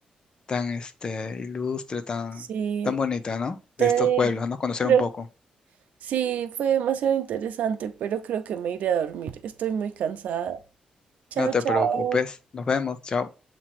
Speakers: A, on the left; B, on the right.
A: tan, este, ilustre, tan,
B: Sí,
A: tan bonita, ¿no?
B: te
A: De
B: dejo.
A: estos pueblos, ¿no? Conocer
B: Creo-
A: un poco.
B: sí, fue demasiado interesante, pero creo que me iré a dormir. Estoy muy cansada. Chao,
A: No te
B: chao.
A: preocupes. Nos vemos. Chao.